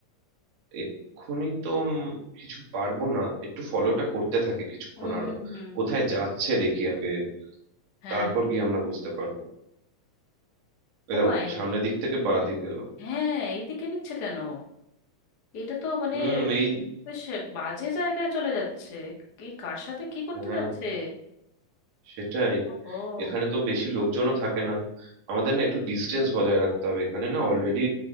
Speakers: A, on the right (about 55°); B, on the left (about 90°).
A: এক্ষুনি তো উম কিছু পারবো না একটু ফলোটা করতে থাকে কিছুক্ষণ
B: হুম
A: আরো
B: হুম হুম
A: কোথায় যাচ্ছে দেখি আগে
B: হ্যাঁ
A: তারপর গিয়ে আমরা বুঝতে পারবো এই
B: ওমায়
A: দেখো সামনের দিক থেকে বাঁ দিক গেল
B: হ্যাঁ এইদিকে নিচ্ছে কেন এটা তো মানে
A: হুম এই
B: বেশ বাজে জায়গায় চলে যাচ্ছে কি কার সাথে কি করতে
A: হ্যাঁ
B: যাচ্ছে
A: সেটাই
B: ও
A: এখানে তো বেশি লোকজনও থাকে না আমাদের না একটু ডিস্টেন্স বজায় রাখতে হবে এখানে
B: হুম
A: না অলরেডি